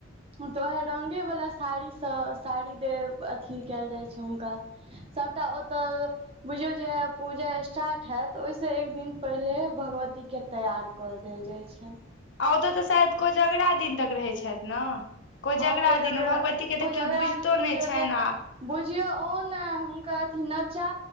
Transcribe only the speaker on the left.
आ ओतय तऽ शायद को जगरा दिन तक रहैत छथि ने कोजगरा
दिन भगवती के
तऽ
केओ बुझितो
नहि छनि
आ